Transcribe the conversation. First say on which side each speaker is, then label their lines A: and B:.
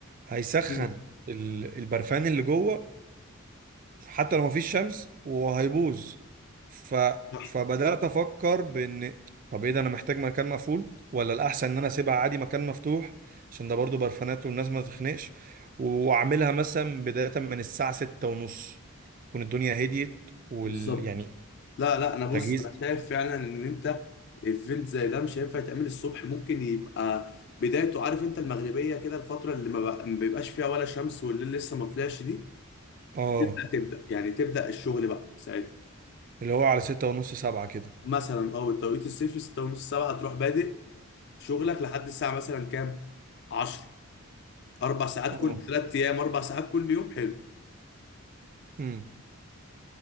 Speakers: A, on the right; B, on the left.
A: هيسخن
B: مم.
A: ال- البرفان اللي جوه حتى لو مفيش شمس وهيبوظ ف...
B: صح
A: فبدأت أفكر بإن طب إيه ده أنا محتاج مكان مقفول ولا الأحسن إن أنا أسيبها عادي مكان مفتوح عشان ده برضو برفانات والناس ما تخنقش وأعملها مثلا بداية من الساعة ستة ونص تكون الدنيا هديت وال
B: بالظبط
A: يعني
B: لا لا انا بص
A: تجهيز
B: انا شايف فعلا ان انت ايفنت زي ده مش هينفع يتعمل الصبح ممكن يبقى بدايته عارف انت المغربيه كده الفتره اللي ما بق- ما بيبقاش فيها ولا شمس والليل لسه ما طلعش دي
A: آه
B: تبدا تبدا يعني تبدا الشغل بقى ساعتها
A: اللي هو على ستة ونص سبعة كده
B: مثلا اه التوقيت الصيفي 6 ونص 7 تروح بادئ شغلك لحد الساعه مثلا كام 10 اربع ساعات
A: اه
B: كل ثلاث ايام اربع ساعات كل يوم حلو
A: امم